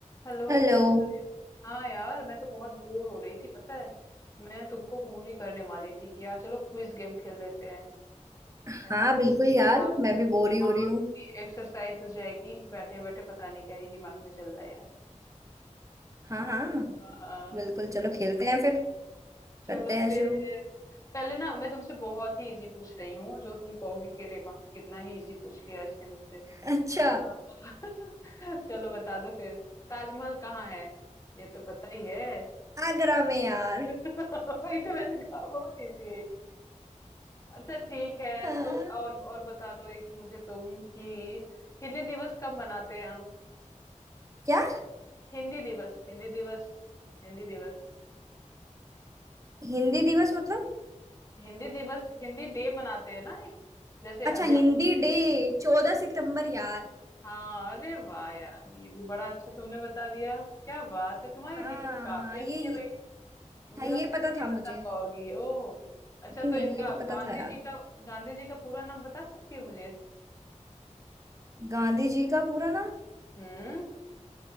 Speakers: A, on the left; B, on the right.
A: हेलो
B: Hello
A: क्या हाँ यार मैं तो बहुत बोर हो रही थी पता है मैं तुमको फोन ही करने वाली थी कि यार चलो क्विज गेम खेल लेते हैं
B: हाँ
A: है ना थोड़ा
B: बिल्कुल यार मैं भी बोर
A: दिमाग
B: ही हो रही हूँ
A: की एक्सरसाइज हो जाएगी बैठे बैठे पता नहीं क्या ही दिमाग में चल रहा है यार
B: हाँ हाँ
A: <laughs> हाँ हाँ।
B: बिल्कुल चलो खेलते हैं फिर
A: चलो
B: करते
A: फिर
B: हैं शुरू
A: पहले ना मैं तुमसे बहुत ही इजी पूछ रही हूँ जो तुम कहोगे कि अरे वाह कितना ही इजी पूछ लिया इसने मुझसे
B: अच्छा
A: हाँ। <laughs> चलो बता दो फिर ताजमहल कहाँ है ये तो पता ही है
B: आगरा में यार
A: <laughs> वही तो मैंने कहा बहुत इजी है ये। अच्छा ठीक है
B: हाँ
A: तो और और बता दो एक मुझे तुम कि हिंदी दिवस कब मनाते हैं हम
B: क्या
A: हिंदी दिवस हिंदी दिवस हिंदी दिवस
B: हिंदी दिवस मतलब
A: हिंदी दिवस हिंदी डे मनाते हैं ना एक जैसे
B: अच्छा
A: अध्यापक
B: हिंदी डे चौदह सितंबर यार
A: हाँ अरे वाह यार ये भी बड़ा अच्छा तुमने बता दिया क्या बात है तुम्हारी
B: हाँ
A: जीके तो काफी
B: हाँ
A: अच्छी
B: ये ये-
A: है भाई मुझे
B: हाँ ये
A: लगा
B: पता
A: ये
B: था मुझे
A: बता पाओगी ओ अच्छा
B: नहीं
A: तो
B: नहीं
A: इनका
B: ये तो पता
A: गांधी
B: था यार
A: जी का गांधी जी का पूरा नाम बता सकती हो मुझे
B: गांधी जी का पूरा नाम
A: हम्म